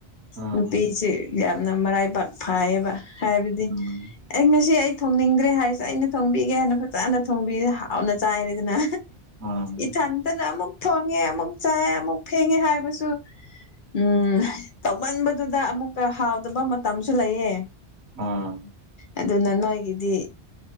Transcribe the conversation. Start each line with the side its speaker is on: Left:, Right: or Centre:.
Right: ꯎꯝ
Left: ꯅꯨꯄꯤꯁꯦ ꯌꯥꯝꯅ ꯃꯔꯥꯏꯕꯥꯛ ꯐꯥꯏꯌꯦꯕ ꯍꯥꯏꯕꯗꯤ
Right: ꯎꯝ
Left: ꯑꯩ ꯉꯁꯤ ꯑꯩ ꯊꯣꯡꯅꯤꯡꯗ꯭ꯔꯦ ꯍꯥꯏꯔꯤꯁꯦ ꯑꯩꯅ ꯊꯣꯡꯕꯤꯒꯦ ꯍꯥꯏꯅ ꯐꯖꯅ ꯊꯣꯡꯕꯤꯁꯦ ꯍꯥꯎꯅ ꯆꯥꯏꯔꯦꯗꯅ
Right: ꯎꯝ
Left: ꯏꯊꯟꯇꯅ ꯑꯃꯨꯛ ꯊꯣꯡꯉꯦ ꯑꯃꯨꯛ ꯆꯥꯏꯑ ꯑꯃꯨꯛ ꯐꯦꯡꯉꯦ ꯍꯥꯏꯕꯁꯨ ꯎꯝ ꯇꯧꯃꯟꯕꯗꯨꯗ ꯑꯃꯨꯛꯀ ꯍꯥꯎꯗꯕ ꯃꯇꯝꯁꯨ ꯂꯩꯌꯦ
Right: ꯑꯥ
Left: ꯑꯗꯨꯅ ꯅꯣꯏꯒꯤꯗꯤ